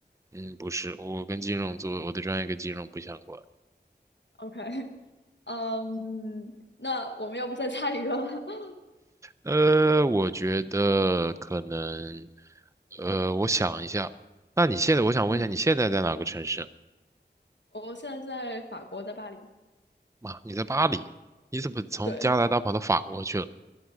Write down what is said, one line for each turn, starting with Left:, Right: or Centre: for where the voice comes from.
Right: 嗯，不是，我跟金融做，我的专业跟金融不相关。
Left: OK，嗯，那我们要不再猜一个？<laughs>
Right: 呃，我觉得可能，呃，我想一下。那你现在，我想问一下，
Left: 嗯，
Right: 你现在在哪个城市？
Left: 我现在在法国，在巴黎。
Right: 妈，你在巴黎？你怎么从加拿大跑到法国去了？
Left: 对，